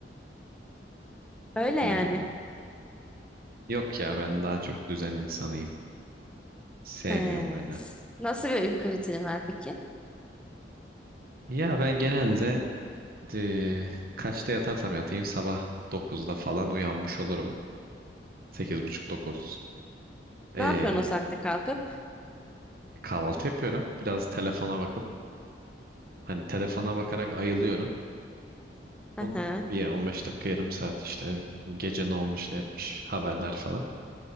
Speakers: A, in the centre; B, on the right.
A: Öyle
B: Hmm.
A: yani.
B: Yok ya ben daha çok düzen insanıyım. Sevmiyorum
A: He.
B: öyle.
A: Nasıl bir uyku rutini var peki?
B: Ya ben genelde Eee, kaçta yatarsam yatayım sabah dokuzda falan uyanmış olurum. 8.30-9. Eee
A: Ne yapıyorsun o saatte kalkıp?
B: kahvaltı yapıyorum. Biraz telefona bakıp hani telefona bakarak ayılıyorum.
A: Hı
B: On,
A: hı.
B: bir 15 dakika yarım saat işte gece ne olmuş ne etmiş haberler falan.